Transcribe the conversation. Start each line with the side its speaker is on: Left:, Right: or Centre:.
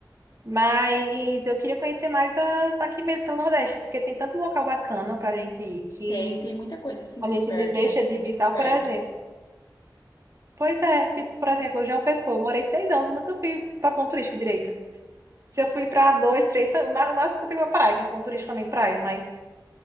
Right: Mas eu queria conhecer mais as aqui mesmo pelo Nordeste, porque tem tanto local bacana pra gente ir que
Left: Tem, tem muita coisa assim
Right: a
Left: por
Right: gente
Left: perto,
Right: de- deixa
Left: né, que a
Right: de
Left: gente
Right: visitar,
Left: se perde.
Right: por exemplo. Pois é, tipo, por exemplo, João Pessoa, eu morei seis anos e nunca fui pra ponto turístico direito. Se eu fui pra dois, três, só- o ma- o máximo que eu fui pra praia, que é ponto turístico também praia, mas,